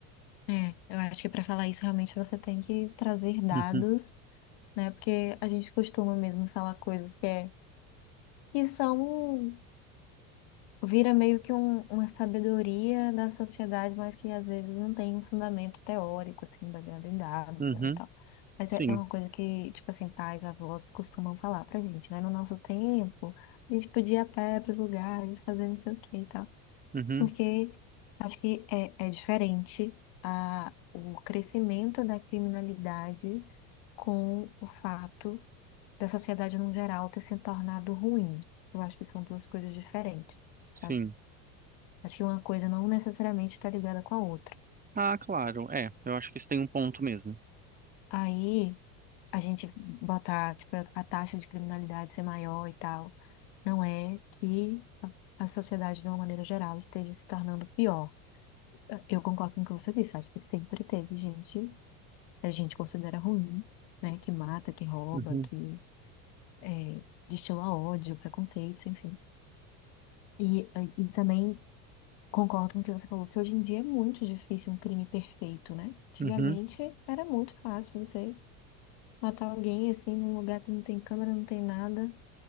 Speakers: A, on the left; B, on the right.
A: É, eu acho que para falar isso realmente você tem que trazer dados,
B: Uhum,
A: né? Porque a gente costuma mesmo falar coisas que, é, que são. vira meio que um- uma sabedoria da sociedade, mas que às vezes não tem um fundamento teórico, assim, baseado em dados,
B: uhum,
A: né, e tal. Mas
B: sim,
A: é, é uma coisa que, tipo assim, pais, avós costumam falar pra gente, né? No nosso tempo, a gente podia ir a pé pros lugares, fazer não sei o que e tal.
B: uhum,
A: Porque acho que é, é diferente a, o crescimento da criminalidade com o fato da sociedade no geral ter se tornado ruim. Eu acho que são duas coisas diferentes.
B: sim.
A: sabe? Acho que uma coisa não necessariamente está ligada com a outra.
B: Ah, claro, é, eu acho que isso tem um ponto mesmo.
A: Aí, a gente botar, tipo, a taxa de criminalidade ser maior e tal, não é que a a sociedade, de uma maneira geral, esteja se tornando pior. Eu concordo com o que você disse. Acho que sempre teve gente, a gente considera ruim, né? Que mata, que rouba,
B: Uhum,
A: que é, destila ódio, preconceitos, enfim. E, e também concordo com o que você falou, que hoje em dia é muito difícil um crime perfeito, né? Antigamente
B: uhum,
A: era muito fácil você matar alguém assim num lugar que não tem câmera, não tem nada.